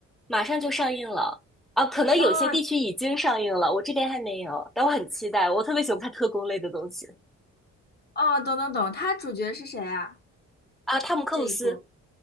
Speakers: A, in the centre; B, on the left.
A: 马上就上映了啊，可能有些地区已经上映了，
B: 哦
A: 我这边还没有，但我很期待。我特别喜欢看特工类的东西
B: 哦，懂懂懂，他主角是谁啊？
A: 啊，汤姆克鲁斯，
B: 这一部